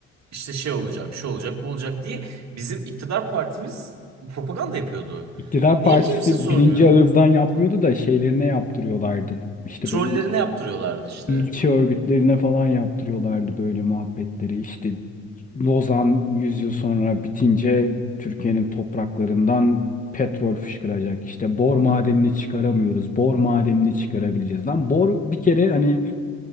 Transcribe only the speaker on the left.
İktidar
partisi
birinci ağızdan yapmıyordu da şeylerine yaptırıyorlardı. İşte
böyle
ilçe örgütlerine falan yaptırıyorlardı böyle muhabbetleri. İşte Lozan 100 yıl sonra bitince Türkiye'nin topraklarından petrol fışkıracak. İşte bor madenini çıkaramıyoruz. Bor madenini çıkarabileceğiz. Lan bor bir kere hani